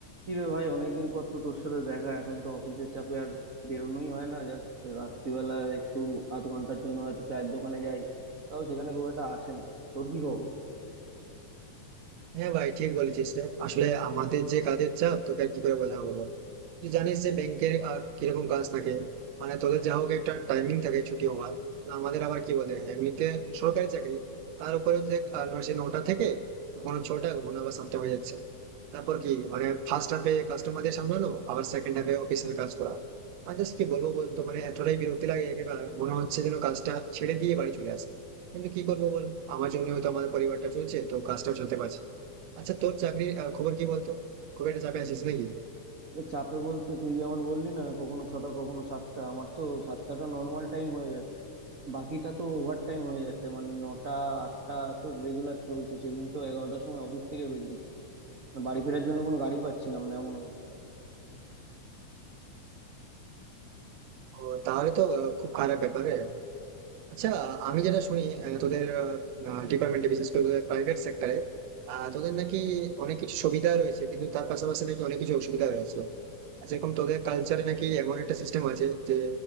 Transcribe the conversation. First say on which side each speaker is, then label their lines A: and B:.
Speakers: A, on the right (about 60°); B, on the right (about 75°).
A: কি রে ভাই অনেকদিন পর তো তোর সাথে দেখা এখন তো অফিসের চাপে আর বেরোনোই হয় না জাস্ট রাত্রিবেলা একটু আধ ঘন্টার জন্য হয়তো চায়ের দোকানে যাই তাও সেখানে খুব একটা আসে না তোর কি খবর
B: হ্যাঁ ভাই ঠিক বলেছিস রে আসলে আমাদের যে কাজের চাপ তোকে আর কি করে বোঝাবো বল তুই জানিস যে ব্যাংকের আহ, কিরকম কাজ থাকে মানে তোদের যা হোক একটা টাইমিং থাকে ছুটি হওয়ার না আমাদের আবার কি বলে এমনিতে সরকারি চাকরি তার উপরে দেখ আহ, নয় সেই নটা থেকে কখনো ছটা কখনো আবার সাতটা হয়ে যাচ্ছে তারপর কি মানে ফার্স্ট হাফে কাস্টমারদের সামলানো আবার সেকেন্ড হাফে অফিসের কাজ করা মানে জাস্ট কি বলবো বলতো মানে এতটাই বিরক্তি লাগে একেবারে মনে হচ্ছে যেন কাজটা ছেড়ে দিয়ে বাড়ি চলে আসে কিন্তু কি করবো বল আমার জন্যও তো আমার পরিবারটা চলছে তো কাজটাও চলতে পারছে আচ্ছা তোর চাকরির আহ, খবর কি বলতো খুব একটা চাপে আছিস নাকি
A: এ চাপে বলতে তুই যেমন বললি না কখনো ছটা কখনো সাতটা আমার তো সাতটাটা নর্মাল টাইম হয়ে গেছে বাকিটা তো ওভার টাইম হয়ে যাচ্ছে মানে নটা আটটা তো রেগুলার চলছে সেদিন তো এগারোটার সময় অফিস থেকে বেরিয়েছি বাড়ি ফেরার জন্য কোনো গাড়ি পাচ্ছিলাম না এমন অবস্থা
B: ও তাহলে তো আহ, খুব খারাপ ব্যাপার রে। আচ্ছা আমি যেটা শুনি আহ, তোদের ডিপার্টমেন্টে বিশেষ করে তোদের প্রাইভেট সেক্টরে তোদের নাকি অনেক কিছু সুবিধা রয়েছে কিন্তু তার পাশাপাশি নাকি অনেক কিছু অসুবিধা রয়েছে আর যেরকম তোদের কালচারে নাকি এমন একটা সিস্টেম আছে যে